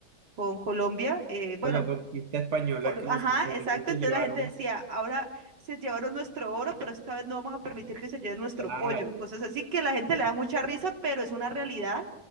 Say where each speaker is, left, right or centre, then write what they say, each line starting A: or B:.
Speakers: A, on the right; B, on the right.
A: con Colombia, eh, bueno,
B: Con la conquista española
A: por-
B: que los
A: Ajá,
B: españoles
A: exacto.
B: se
A: Entonces
B: llevaron,
A: la gente decía, ahora se llevaron nuestro oro, pero esta vez no vamos a permitir que se lleve nuestro
B: claro,
A: pollo. Cosas así que la gente le da mucha risa, pero es una realidad